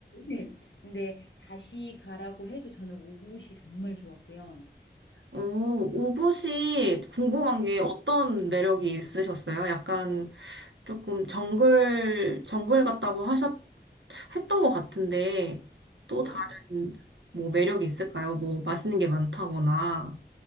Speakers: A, on the left; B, on the right.
A: 네. 근데 다시 가라고 해도 저는 우붓이 정말 좋았고요.
B: 오, 우붓이 궁금한 게 어떤 매력이 있으셨어요? 약간 조금 정글, 정글 같다고 하셨, 했던 것 같은데, 또
A: 네.
B: 다른 뭐 매력이 있을까요? 뭐 맛있는 게 많다거나.